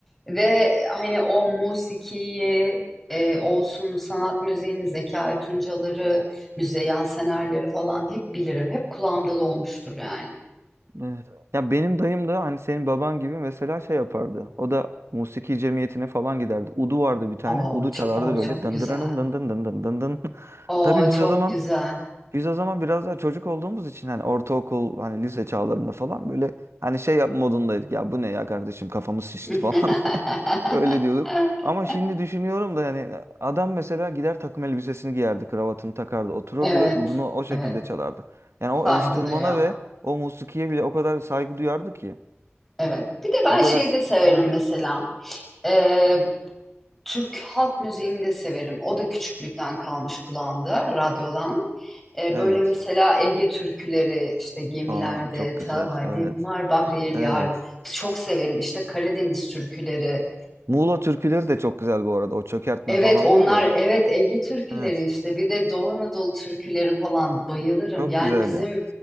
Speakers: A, in the centre; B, on the right.
A: Ve hani o musikiyi e, olsun sanat müziğini Zekai Tuncaları, Müzeyyen Senerleri falan hep bilirim. Hep kulağımda dolmuştur yani.
B: Evet. Ya benim dayım da hani senin baban gibi mesela şey yapardı. O da musiki cemiyetine falan giderdi. Udu vardı bir tane.
A: Oo,
B: Udu
A: çok,
B: çalardı
A: oo, çok
B: böyle. Dın
A: güzel.
B: dın dın dın dın dın dın dın dın. <laughs>
A: Oo,
B: Tabii
A: çok
B: biz o zaman
A: güzel.
B: Biz o zaman biraz daha çocuk olduğumuz için hani ortaokul hani lise çağlarında falan böyle hani şey yap modundaydık ya bu ne ya kardeşim kafamız şişti
A: <laughs>
B: falan <laughs> öyle diyorduk. Ama şimdi düşünüyorum da yani adam mesela gider takım elbisesini giyerdi kravatını takardı otururdu
A: Evet,
B: ve udunu o şekilde
A: evet.
B: çalardı. Yani
A: Saygı
B: o enstrümana
A: duyuyorum.
B: ve o musikiye bile o kadar saygı duyardı ki
A: Evet. Bir de ben
B: o
A: şeyi
B: kadar
A: de severim
B: hı hı.
A: mesela. Ee, Türk halk müziğini de severim. O da küçüklükten kalmış kulağımda, radyodan. Ee,
B: Evet.
A: böyle mesela Ege türküleri, işte gemilerde
B: Aa çok
A: talim
B: güzel evet
A: var, Bahriyeli
B: evet.
A: Yarım. Çok severim. İşte Karadeniz türküleri.
B: Muğla türküleri de çok güzel bu arada o çökertme
A: Evet
B: falan
A: onlar
B: var ya.
A: evet Ege türküleri
B: Evet
A: işte bir de Doğu Anadolu türküleri falan bayılırım.
B: çok
A: Yani
B: güzel
A: bizim
B: ya.